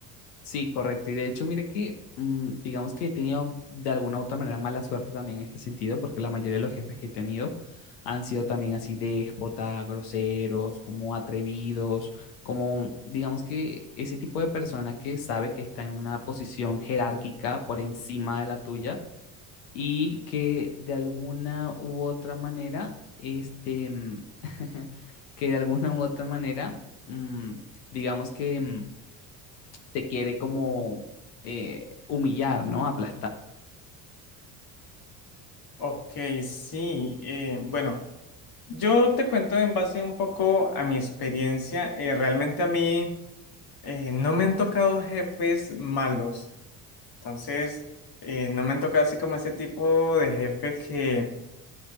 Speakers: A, on the left (about 75°); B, on the left (about 50°).
A: Sí, correcto. Y de hecho, mire que, mm, digamos que he tenido de alguna u otra manera mala suerte también en este sentido, porque la mayoría de los jefes que he tenido han sido también así déspotas, groseros, como atrevidos, como, digamos que ese tipo de persona que sabe que está en una posición jerárquica por encima de la tuya y que de alguna u otra manera, este, mm, <laughs> que de alguna u otra manera, mm, digamos que... mm, te quiere como eh, humillar, ¿no? Aplastar.
B: Ok, sí, eh, bueno, yo te cuento en base un poco a mi experiencia. eh, realmente a mí eh, no me han tocado jefes malos, entonces eh, no me han tocado así como ese tipo de jefe que,